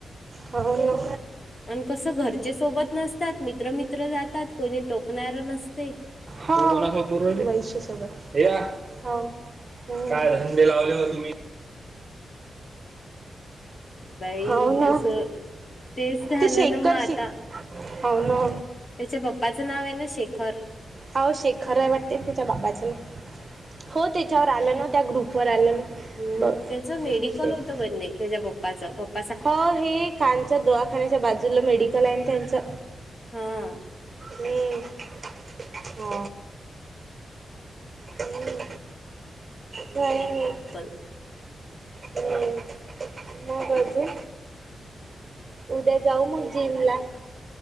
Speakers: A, on the right (about 35°); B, on the left (about 35°).
A: हाव न
B: अनं कसं, घरचे सोबत नसतात मित्रमित्र जातात कोणी टोकणार नसतय.
A: हो म्हणायशी सोबत होव. हम्म
B: बाई
A: हो ना
B: अस तेच झालं
A: ते शेखर
B: न म आता
A: श हो ना
B: त्याच्या पप्पाचं नाव येन शेखर.
A: हाव शेखर आहे वाटते त्याच्या बाबाचं नावं हो त्याच्यावर आलं
B: त्याच
A: ना त्या ग्रुपवर आलं ना
B: हम्म
A: बघ
B: त्याचं मेडिकल
A: शेखर
B: होतं बणे त्याच्या पप्पाचं पप्प
A: हो हे खानच्या दवाखान्याच्या बाजूला मेडिकल आहे त्यांचं
B: हा
A: हम् ह हूं काय नाय
B: पण
A: हूं मग अजून उद्या जाऊ मग जिम ला